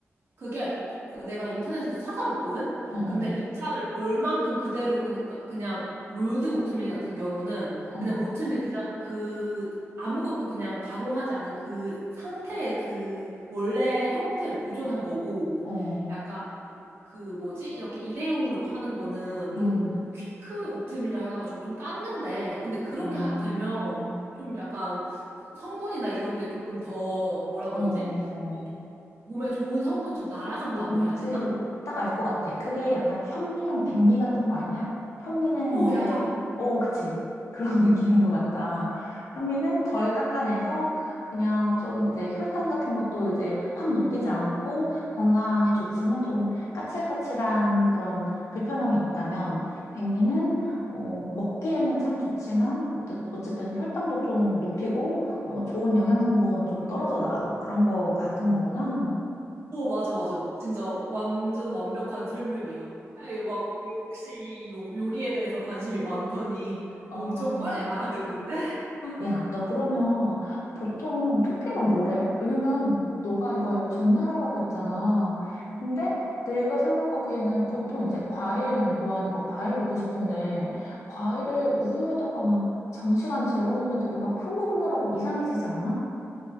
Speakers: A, on the right; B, on the left.
A: 그게 이- 그 내가 인터넷에서 찾아봤거든?
B: 어, 어,
A: 근데 입자를 얼만큼 그대로 그니까 그냥 롤드 오트밀 같은 경우는
B: 어,
A: 그냥 오트밀 그자 그 아무것도 그냥 가공하지 않은 그 상태의 그 원래 형태를 보존한 거고
B: 어,
A: 약간 그 뭐지? 이렇게 일회용으로 파는 거는 좀
B: 응, 응.
A: 퀵크 오트밀이라 해가지고 좀 깎는데 근데 그렇게
B: 아,
A: 하- 되면 좀 약간 성분이나 이런 게 조금 더 뭐라
B: 어.
A: 그러지? 어, 몸에 좋은 성분이 좀 날아간다고
B: 뭔지
A: 해야 되나?
B: 딱 알 것 같아. 그게 약간 현미랑 백미 같은 거 아니야? 현미는
A: 오,
B: 이제,
A: 약간.
B: 어, 그치. 그런 <laughs> 느낌인 것 같다. 현미는 덜 깎아내서 그냥 좀 이제 혈당 같은 것도 이제 확 높이지 않고 건강에 좋지만 좀 까칠까칠한 그런 불편함이 있다면 백미는 어, 먹기에는 참 좋지만 어쨌- 어쨌든 혈당도 좀 높이고 어, 좋은 영양 성분 좀 떨어져 나가고 그런 거 같은 거구나.
A: 오, 맞아, 맞아. 진짜 완전 완벽한 설명이야. 아이, 막 역시 요, 요리에 대해서 관심이 많더니
B: 어,
A: 엄청 빨리 알아듣는데?
B: 야, 너 그러면 보통 토핑은 뭐래? 왜냐면 너가 이걸 전날하라고 했잖아. 근데 내가 생각하기에는 보통 이제 과일 난 좋아하니까 과일 넣고 싶은데 과일을 우유에다가 막 장시간 재워놓으면 되게 막 흐물흐물하고 이상해지지 않아?